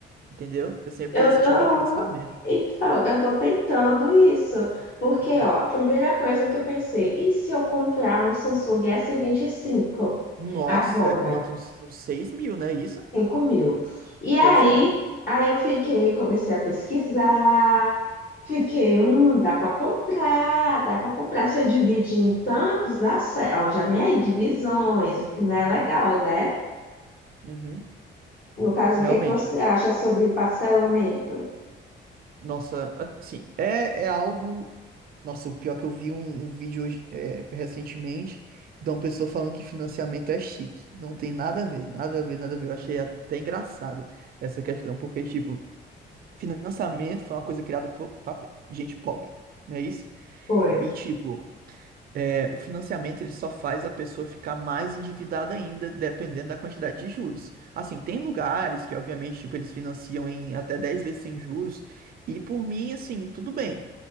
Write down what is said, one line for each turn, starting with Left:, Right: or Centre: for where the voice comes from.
Right: Entendeu? Assim, Eu sempre
Left: Eu
Right: tenho esse
Left: tô.
Right: tipo de pensamento.
Left: Então, eu tô tentando isso. Porque,
Right: Uhum.
Left: ó, a primeira coisa que eu pensei, e se eu comprar um Samsung s vinte e cinco
Right: Nossa,
Left: agora?
Right: é quanto? Uns, uns 6 mil, né? isso?
Left: cinco mil. E aí,
Right: Pois é.
Left: aí eu fiquei, comecei a pesquisar, fiquei, hum, dá para comprar, dá para comprar. Se eu dividir em tantos, dá certo. Ó, já vem aí divisões, o que não é
Right: Uhum.
Left: legal, né?
Right: Uhum.
Left: No caso,
Right: Realmente.
Left: o que é que você acha sobre parcelamento?
Right: Nossa, assim, é, é algo. Nossa, o pior é que eu vi um, um vídeo hoje, é, recentemente de uma pessoa falando que financiamento é chique. Não tem nada a ver, nada a ver, nada a ver. Eu achei até engraçado essa questão, porque, tipo, financiamento foi uma coisa criada por, pra gente pobre, não é isso?
Left: Oi.
Right: E, tipo, é, o financiamento ele só faz a pessoa ficar mais endividada ainda, dependendo da quantidade de juros. Assim, tem lugares que, obviamente, tipo, eles financiam em até 10 vezes sem juros, e por mim, assim, tudo bem.